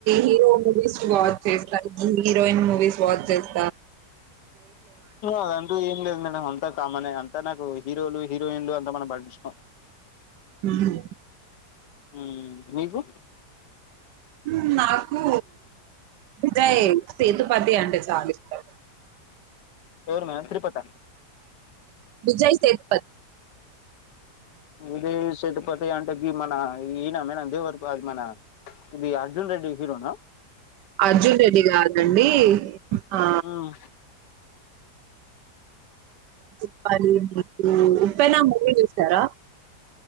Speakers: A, on the right (about 80°); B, on the left (about 80°).
A: హీరో మూవీస్ వాచ్ చేస్తారు ఈ హీరోయిన్ మూవీస్ వాచ్ చేస్
B: అదంతా ఏం లేదు అంతా కామనే అంతా నాకు హీరోలు హీరోయిన్లు అంత మన పట్టించుకోం.
A: మ్మ్.
B: హ్మ్ హు మీకు
A: హ్మ్ నాకు విజయ్ సేతుపతి అంటే చాలా ఇష్టం.
B: ఎవరు మేడం తిరుపత
A: విజయ్ సేతుపతి
B: ఇదే సట్పోతే అంటే ఇది మన ఈయన మేడం దే వరకు అది మన ఇది అర్జున్ రెడ్డి హీరోనా
A: అర్జున్ రెడ్డి కాదండి. ఆ
B: హ్మ్
A: చెప్పాలండి మీరు ఉప్పెన మూవీ చూసారా.